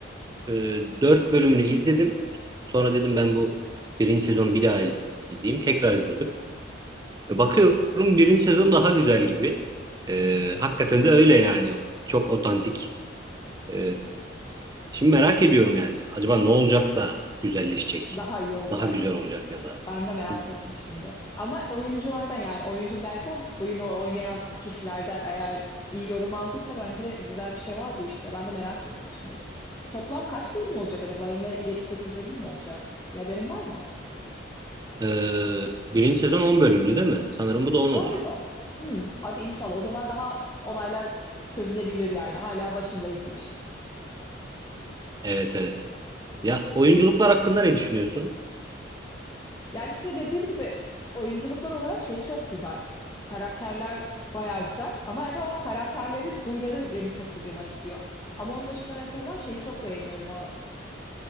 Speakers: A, on the right (about 20°); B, on the left (about 20°).
A: e, dört bölümünü izledim. Sonra dedim ben bu birinci sezonu bir daha izleyeyim. Tekrar izledim. E, Bakıyorum birinci sezon daha güzel gibi. E,
B: Hmm.
A: hakikaten de öyle yani. Çok otantik. E, Şimdi merak ediyorum yani. Acaba ne olacak da güzelleşecek?
B: Daha iyi olacak.
A: Daha güzel olacak ya da.
B: Ben de merak
A: Hı hı.
B: ettim şimdi. Ama oyunculardan yani oyuncu derken oyunu oynayan kişilerden eğer iyi yorum aldıysa bence güzel bir şey var bu işte. Ben de merak ettim şimdi. Toplam kaç bölüm olacak acaba? Yine yedi sekiz bölüm mü olacak? Bir haberin var mı?
A: Ee, birinci sezon 10 bölümlü değil mi? Sanırım bu da on
B: Galiba.
A: olur.
B: Hmm, hadi inşallah. O zaman daha olaylar çözülebilir yani. Hala başındayız bu işin.
A: Evet evet. Ya oyunculuklar hakkında ne düşünüyorsun?
B: Yani size dediğim gibi oyunculuklar olarak şey çok güzel. Karakterler bayağı güzel ama yani o karakterlerin huyları benim çok gıcıma gidiyor. Ama onun dışında mesela şeyi çok beğeniyorum. O